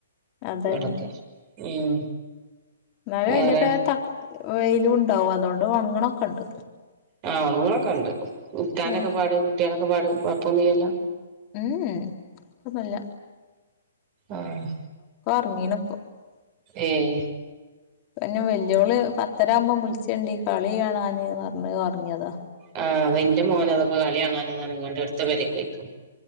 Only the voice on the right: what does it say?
ഇവിടുത്തെ ഉം
വേറെ
ആഹ് ഉണ്ങ്ങണക്കെയുണ്ട് <unintelligible> കുട്ട്യാളൊക്കെ
പാട്. കൊയപ്പനും ഇല്ലല്ലോ
ആഹ്
ആഹ്
ആഹ് അത് എന്റെ മോന കളി കാണാൻ ന്ന് പറഞ്ഞു എടുത്ത പെരേക്ക് പൊയ്ക്കണ്